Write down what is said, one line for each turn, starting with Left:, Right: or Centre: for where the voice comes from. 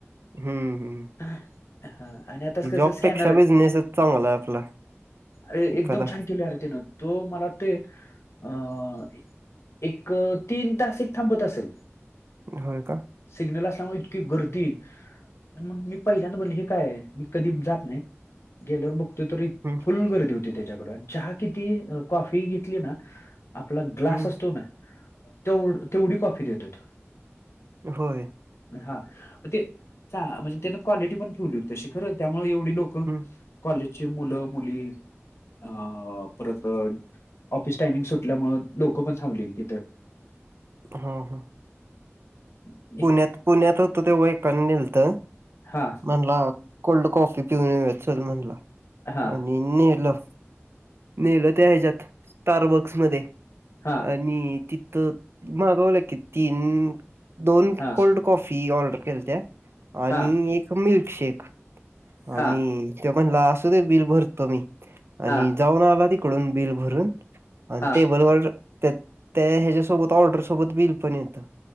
Right: हम्म हम्
Left: हा आणि आता
Right: ह
Left: कसं
Right: जॉबपेक्षा
Left: स्कॅनर आहे
Right: बिझनेसच चांगला आहे आपला
Left: अरे!
Right: एखादा.
Left: एकदम छान केले अरे त्यान तो मला वाटते अं.. एक तीन तास एक थांबत असेल.
Right: होय का.
Left: सिग्नलला सांगू इतकी गर्दी आणि मण मी पहिल्यांदा म्हणजे काय आहे मी कधी जात नाही. गेल्यावर बघतोय तर एक
Right: हम्म
Left: फुल गर्दी होती त्याच्याकड चहा किती कॉफी घेतली ना आपला ग्लास
Right: हं.
Left: असतो ना तेव तेवढी कॉफी देतो तो
Right: होय
Left: हा म तेन म्हणजे त्यान क्वालिटी पण ठेवली होती अशी खरं त्यामुळे एवढी लोक
Right: हं.
Left: कॉलेजचे मुलं मुली अ परत ऑफिस टायमिंग सुटल्यामुळ लोक पण थांबलेली तिथं
Right: हा हा
Left: हम्
Right: पुण्यात पुण्यात होतो ते एकान न्हेलत
Left: हा
Right: म्हणला कोल्ड कॉफी पिऊन येउया चल म्हणला
Left: हा
Right: आणि नेलं नेलं त्या ह्याच्यात स्टारबॉक्स मध्ये
Left: हा
Right: आणि तिथं मागवलं कि तीन दोन
Left: हा
Right: कोल्ड कॉफी ऑर्डर केलत्या आणि
Left: हा
Right: एक मिल्कशेक
Left: हा
Right: आणि.. ते म्हणलं असू दे बिल भरतो, मी आणि
Left: हा
Right: जाऊन आला नी आणून बिल भरून अन
Left: हा
Right: टेबल वर त्या त्या ह्याच्यासोबत ऑर्डरसोबत बिल पण येतं.